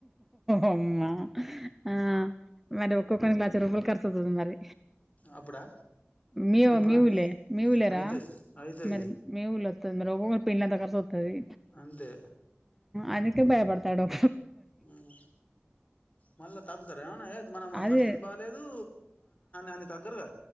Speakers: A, in the centre; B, on the left.
A: అమ్మా ఆ మరి ఒక్క పని నచ్చినప్పుడు కర్సు <unintelligible> మరి
B: అప్పుడా
A: మీ
B: ఇప్పుడా
A: మీ ఒల్లె మీ ఊళ్ళెరా
B: అయితది అయితది
A: మరి మీ ఊళ్ళో రోగం పిల్లంతా కర్సొత్తది
B: అంతే
A: అందుకే భయపడతాండం
B: మ్మ్ మళ్ళా తగ్గుతారా ఏమన్నా ఏ మన
A: అదే
B: పరిస్థితి బాలేదు అని తగ్గరుగదా